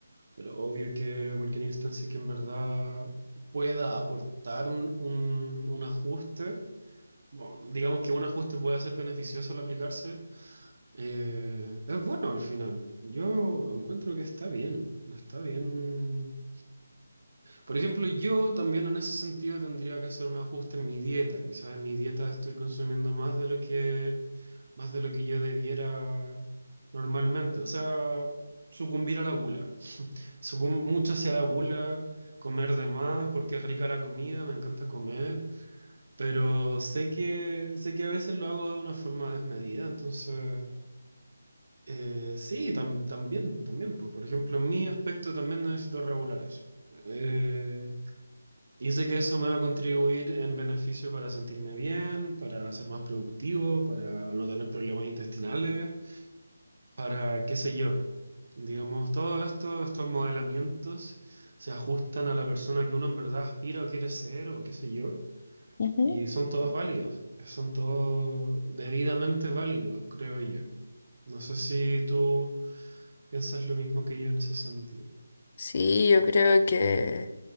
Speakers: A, on the right; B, on the left.
A: pero obvio que cualquier instancia que en verdad pueda aportar un, un un ajuste Bueno, digamos que un ajuste puede ser beneficioso al aplicarse. eh, es bueno al final. Yo encuentro que está bien. Está bien. Por ejemplo, yo también en ese sentido tendría que hacer un ajuste en mi dieta. Quizás en mi dieta estoy consumiendo más de lo que, más de lo que yo debiera normalmente. O sea, sucumbir a la gula. Sucum- mucho hacia la gula, comer de más porque es rica la comida, me encanta comer. Pero sé que, sé que a veces lo hago de una forma desmedida, entonces eh, sí, tam- también, también, pues por ejemplo, en mi aspecto también necesito regular eso. Eh, y sé que eso me va a contribuir en beneficio para sentirme bien, para ser más productivo, para no tener problemas intestinales, para qué sé yo. Digamos, todo esto, estos modelamientos se ajustan a la persona que uno en verdad aspira o quiere ser o qué sé yo.
B: Ujú.
A: Y son todos válidos, son todos debidamente válidos, creo yo. No sé si tú piensas lo mismo que yo en ese sentido.
B: Sí, yo creo que...